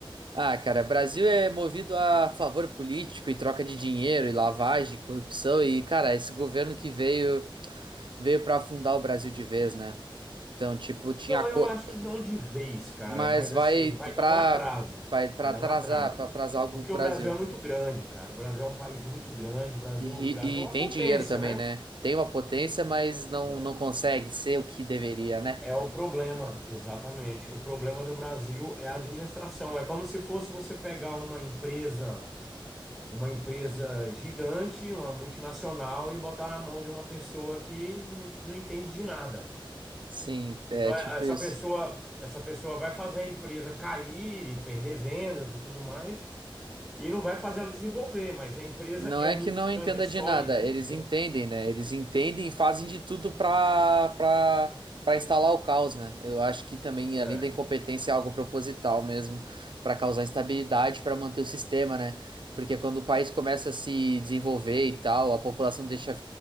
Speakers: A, on the right (about 60°); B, in the centre.
A: Ah, cara, Brasil é movido a favor político e troca de dinheiro e lavagem, corrupção e, cara, esse governo que veio veio para afundar o Brasil de vez, né? Então, tipo, tinha
B: Não,
A: co...
B: eu acho que não de vez, cara,
A: mas
B: mas
A: vai
B: assim, vai
A: pra
B: dar um atraso.
A: vai para
B: Vai
A: atrasar,
B: dar um atraso.
A: para atrasar algo
B: Porque
A: o Brasil.
B: o Brasil é muito grande, cara. O Brasil é um país muito grande. O Brasil,
A: E, ri-
B: o Brasil é
A: e
B: uma
A: tem
B: potência,
A: dinheiro também,
B: né?
A: né? Tem uma potência, mas não
B: É.
A: não consegue ser o que deveria, né?
B: É o problema, exatamente. O problema do Brasil é a administração. É como se fosse você pegar uma empresa, uma empresa gigante, uma multinacional e botar na mão de uma pessoa que não, não entende de nada.
A: Sim, é
B: Então
A: tipo
B: é- essa
A: isso.
B: pessoa, essa pessoa vai fazer a empresa cair, perder vendas e tudo mais, e não vai fazer ela desenvolver, mas a empresa
A: Não
B: é
A: é
B: muito
A: que não entenda
B: grande, é sólida,
A: de nada, eles
B: entendeu?
A: entendem, né? Eles entendem e fazem de tudo pra, pra, pra instalar o caos, né? Eu acho que também,
B: É,
A: além da incompetência, é algo proposital mesmo, pra causar instabilidade, pra manter o sistema, né? Porque quando o país começa a se desenvolver e tal, a população deixa,